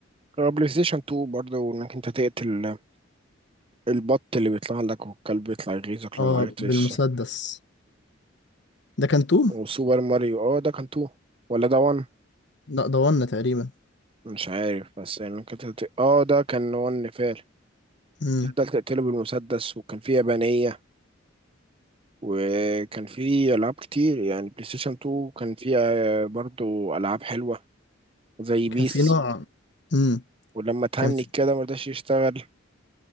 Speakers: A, on the right; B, on the left.
A: آه، بلاي ستيشن 2 برضه وإنك أنت تقتل البط اللي بيطلع لك والكلب بيطلع يغيظك
B: اه
A: لو معرفتش
B: بالمسدس ده كان تو
A: وسوبر ماريو اه ده كان تو ولا ده وان
B: لا ده ون تقريبا
A: مش عارف بس يعني كانت هت- اه ده كان وان فعلا
B: امم
A: تفضل تقتله بالمسدس وكان فيه يابانية وكان فيه ألعاب كتير يعني بلاي ستيشن 2 كان فيه آه، برضو ألعاب حلوة زي بيس
B: كان في نوع امم
A: ولما تهنج
B: كان في...
A: كده مرضاش يشتغل